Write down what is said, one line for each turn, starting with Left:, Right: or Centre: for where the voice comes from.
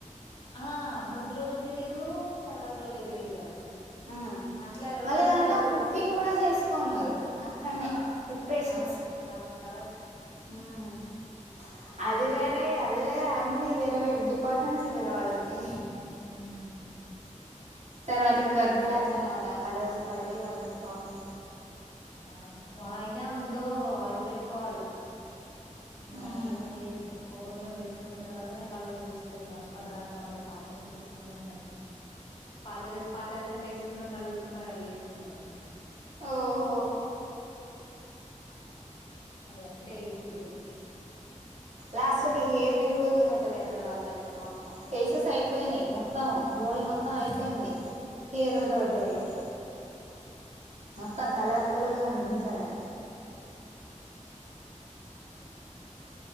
Left: ఆ ముందు రోజు తెలీదు తర్వాత రోజు తెలీదు కదా
Right: ఊ
Left: అట్లా రెండు
Right: మళ్ళీ
Left: రోజులు
Right: దాంట్లో
Left: సెలబ్రేట్
Right: కుకింగ్
Left: చేసుకురు
Right: కూడా చేసుకోన్నరు అక్కడనే
Left: ఆ
Right: ప్రిపరేషన్
Left: దావత్ దావత్ దావత్
Right: మ్మ్
Left: దావత్లు
Right: అది వేరే అది వేరే అన్నీ వేరే వే డిపార్ట్మెంట్స్ వాళ్ళకి
Left: ఉమ్ ఉమ్
Right: తర్వాతకి వర్క్ కూడా అట్లానే ఉండా కలర్స్ పడి వాళ్ళకు పాపం
Left: అవును అయినా ముందు ఆయిల్ పెట్టుకోవాలి నేన్ మా
Right: ఉమ్
Left: ఒళ్ళకు చెప్పిన కొబ్బర్ నూనె పెట్టుకున్న తర్వాతనే కలర్స్ చూసుకోండి అప్పటిదాకా మళ్ళ పాత డ్రెస్ వేసుకున్న కనే పాతడ్రెస్ పాతడ్రెస్ అన్ని వేసుకొని మళ్ళీ ఉతికి మళ్ళా అవే ఏసుకుంటాల్లు
Right: ఓహో
Left: వాళ్ళంతే ఇక పిల్లలు
Right: లాస్ట్ ఒక హెయిర్ ని కూడా వదిలిపెట్టలే అక్కడ వాళ్ళు అయితే వామ్మో ఫేసెస్ అయిపోయినయి మొత్తం బాడీ మొత్తం అయిపోయింది హెయిర్ మీద పడ్డరిగా మొత్తం కలర్ పుల్ గా కనిపించాలని